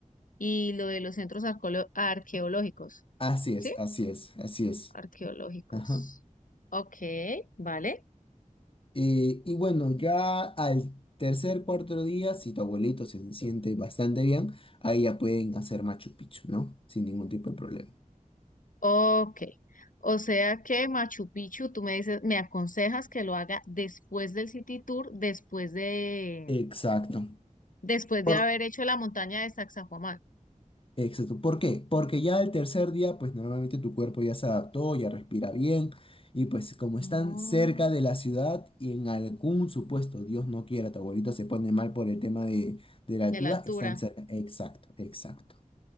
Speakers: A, on the left (about 75°); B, on the left (about 40°).
A: y lo de los centros arqueolo- arqueológicos,
B: así es,
A: ¿sí?
B: así es, así es.
A: Arqueológicos.
B: Ajá.
A: Ok, vale.
B: Eh, y bueno, ya al tercer, cuarto día, si tu abuelito se siente bastante bien, ahí ya pueden hacer Machu Picchu, ¿no? Sin ningún tipo de problema.
A: Ok. O sea que Machu Picchu, tú me dices, me aconsejas que lo haga después del City Tour, después de,
B: Exacto.
A: después
B: Por,
A: de haber hecho la montaña de Sacsayhuamán.
B: Exacto. ¿Por qué? Porque ya el tercer día, pues normalmente tu cuerpo ya se adaptó, ya respira bien, y pues como están
A: No,
B: cerca de la ciudad y en algún supuesto, Dios no quiera, tu abuelito se pone mal por el tema de, de la
A: de
B: altura,
A: la altura.
B: están cerca. Exacto, exacto.